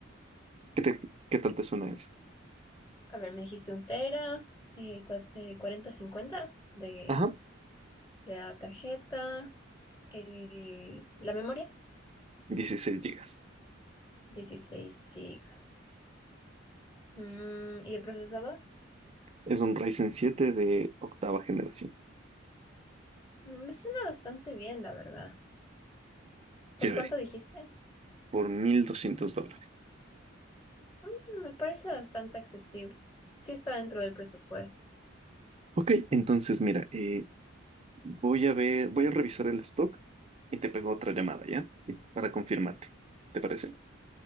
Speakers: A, on the right; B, on the left.
A: ¿Qué te- qué tal te suena eso?
B: A ver, me dijiste un tera, eh, cua- eh, 40, 50 de,
A: Ajá,
B: La tarjeta, el, la memoria,
A: dieciséis gigas,
B: dieciséis gigas Mm, ¿y el procesador?
A: Es un Ryzen siete de octava generación.
B: Mm, Me suena bastante bien, la verdad. ¿Por
A: Chévere,
B: cuánto dijiste?
A: por 1200 dólares.
B: Mm, me parece bastante accesible. Sí está dentro del presupuesto.
A: Ok, entonces mira, eh, Voy a ver, voy a revisar el stock y te pego otra llamada, ¿ya? Y- Para confirmarte. ¿Te parece?